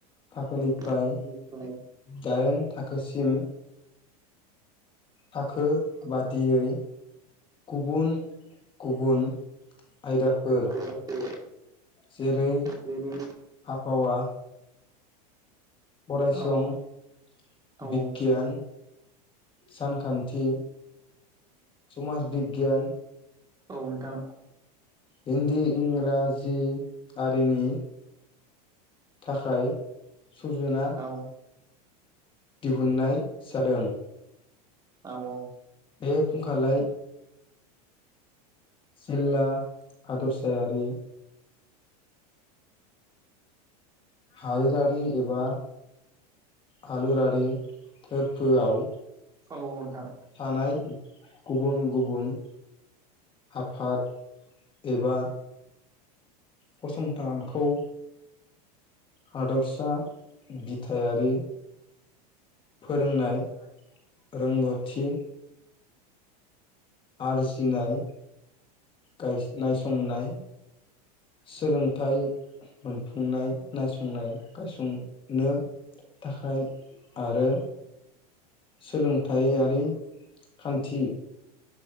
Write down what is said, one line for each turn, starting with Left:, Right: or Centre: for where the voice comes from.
Left: थाखोनि फ्राय
Right: आखाइनिफ्राय
Left: दाइन थाखोसिम थाखाखो
Right: आखाइ
Left: बादियै गुबुन गुबुन आयदाफोर
Right: जायगाखौ
Left: जेरै <inaudible>
Right: जेरै
Left: आबहावा फरायासं
Right: औ
Left: <inaudible>
Right: औ उम
Left: बिगियान सानखान्थि समाज बिगियान
Right: औ नोंथां
Left: हिन्दी इंराजि आरिनि थाखाय सुजुना
Right: औ
Left: दिहुननाय जादों।
Right: औ औ
Left: बे फुंखालाय जिल्ला हादरसायारि हादोरारि एबा हालरारि फोआव
Right: औ नोंथां
Left: थानाय गुबुन गुबुन आफाद एबा फसंथानखौ हादरसा बिथायारि फोरोंनाय <inaudible> रोंगौथि आरजिनाय गा नायसंनाय सोलोंथाइ मोनफुंनाय नायसंनाय गायसंनो थाखाय आरो सोलोंथायारि खान्थि